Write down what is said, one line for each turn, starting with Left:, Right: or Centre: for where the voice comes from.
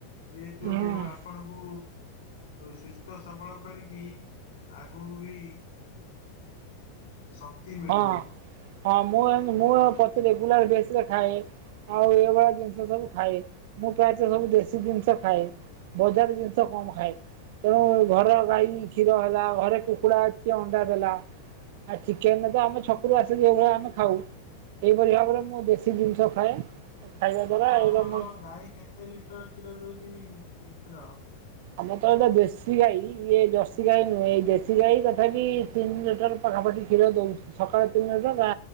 Left: ଯେହେତୁ
Right: ହୁଁ।
Left: ଆପଣଙ୍କୁ ସୁସ୍ଥ ସବଳ କରିକି ଆଗକୁ ବି ଶକ୍ତି ମିଳିବ।
Right: ହଁ ହଁ ମୁଁ ମୁଁ ପ୍ରତି ରେଗୁଲାର ବେସରେ ଖାଏ ଆଉ ଏଭଳିଆ ଜିନିଷ ସବୁ ଖାଏ ମୁଁ ପ୍ରାୟତଃ ସବୁ ଦେଶୀ ଜିନିଷ ଖାଏ ବଜାର ଜିନିଷ କମ ଖାଏ ତେଣୁ ଘର ଗାଈ କ୍ଷୀର ହେଲା ଘରେ କୁକୁଡ଼ା ଅଛି ଅଣ୍ଡା ଦେଲା ଆଉ ଚି କେନ ତ ଆମ ଛକୁ ଆସିଲି ସେଭଳିଆ ଆମେ ଖାଉ ଏଇପରି ଭାବରେ ମୁଁ ବେଶୀ ଜିନିଷ ଖାଏ। ଖାଇବା ଦ୍ଵାରା
Left: ଆପଣଙ୍କର
Right: ଏଇଟା ମୁଁ
Left: ଗାଈ କେତେ ଲିଟର କ୍ଷୀର ଦଉଛି। ମିତ୍ର
Right: ଆମର ତ ଏଇଟା ଦେଶୀ ଗାଈ ଇଏ ଜର୍ସିୀ ଗାଈ ନୁହେଁ ଏଇ ଦେଶୀ ଗାଈ ତଥାପି ତିନି ଲିଟର ପାଖାପାଖି କ୍ଷୀର ଦଉଛି ଆମର ତ ଦେଶୀ ଗାଈ ଦର୍ଶି ଗାଈ ନୁହେଁ ଦେଶୀ ଗାଈ। ତଥାପି ସକାଳେ ତିନି ଲିଟର ବା